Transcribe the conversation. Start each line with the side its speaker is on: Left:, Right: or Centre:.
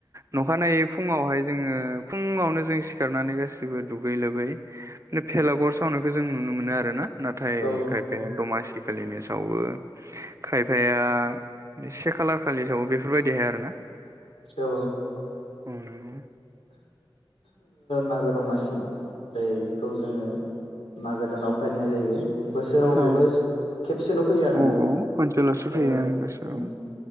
Right: न'खानायै फुङावहाय जोङो फुंआवनो जों सिखारनानै गासिबो दुगै लोबै बे भेलागर सावनायखौ जों नु <unintelligible> मोनो आरोना। नाथाय
Left: औ
Right: खायफाया दमासि खालि नि सावो खायफाया बे से खालार खालि सावो बेफोरबायदिहाय आरोना।
Left: औ
Right: ओ नोंगौ‌
Left: मागो दमासि जायखौ जोङो मागो दानाव फालिनाय जायो। बोसोराव बेबो
Right: औ
Left: खेबसेल' फैयो आरोना
Right: औ औ ओनसोलावसो
Left: ओ
Right: फैयो आंनि गोसोआव
Left: उम